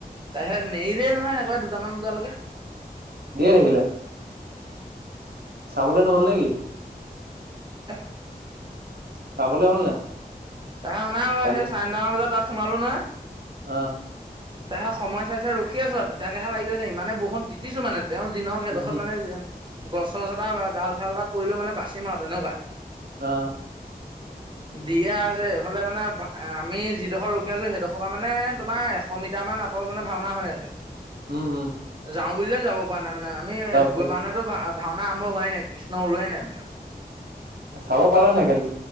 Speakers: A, on the right (about 30°); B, on the right (about 85°).
A: তাৰপিছত নেৰিলে নহয় একেবাৰে দুটামান বজালৈকে।
B: দিয়ে থাকিলে। চাবলৈ নহ'ল নেকি?
A: <unintelligible>
B: চাবলৈ হ'ল নাই?
A: তাই <unintelligible> হ'ল
B: কালি
A: সেই চাৰে নটামান বজাত তাত সোমালো না।
B: অ।
A: <unintelligible> সময় চাই, চাই ৰখি আছোঁ আৰু তিতা কেহা লাগি গৈছে ইমানে বৰষুণ তিতিছো মানে। তেওঁ যি নহওক সেইডোখৰত
B: উম হম
A: মানে গছ চছ এটা বা ডাল চাল এটা পৰিলেও মানে বাচিম আৰু তেনেকুৱা।
B: অ।
A: দিয়া আছে এইফালে মানে আমি যিডোখৰ ৰখি আছোঁ সেইডোখৰ পৰা মানে। তোমাৰ এশ মিটাৰ মান আঁতৰত মানে ভাওনা হৈ আছে।
B: উম হুম।
A: যাওঁ বুলিলে যাব পৰা নাই মানে আমি
B: পাৰিব
A: গৈ পাই মানে ভাওনা আৰম্ভ হোৱাই নাই কৃষ্ণ ওলোৱাই নাই মানে।
B: চাব পালা নাই কালি।